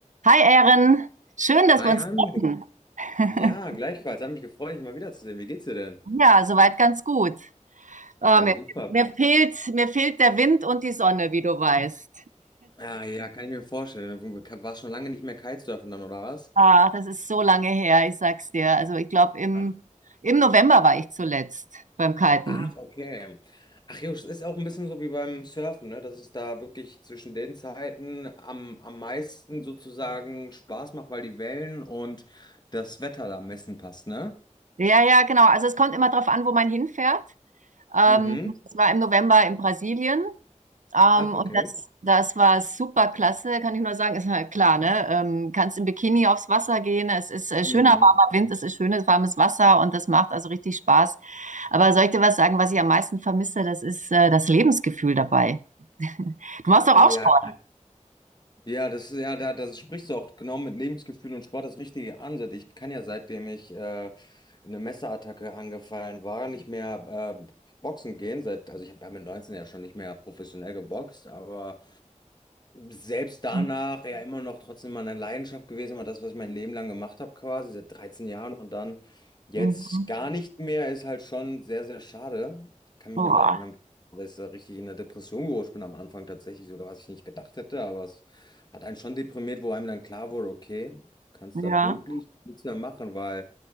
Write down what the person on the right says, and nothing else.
Hi Erin, schön, dass
wir uns
treffen. <laughs>
Ja, soweit ganz gut. Oh,
mir,
mir fehlt, mir fehlt der Wind und die Sonne, wie du weißt.
Ach, das ist so lange her, ich sag's dir. Also ich glaube, im,
im November war ich zuletzt beim Kiten.
Ja, ja, genau. Also es kommt immer darauf an, wo man hinfährt. Ähm,
es war im November in Brasilien Ähm,
und das, das war super klasse, kann ich nur sagen. Ist halt klar, ne? Ähm, kannst im Bikini aufs Wasser gehen. Es ist äh, schöner,
warmer Wind, es ist schönes, warmes Wasser und das macht also richtig Spaß. Aber soll ich dir was sagen, was ich am meisten vermisse? Das ist äh, das Lebensgefühl dabei. Du machst doch
auch Sport.
Mhm.
Mhm.
Boah.
Ja,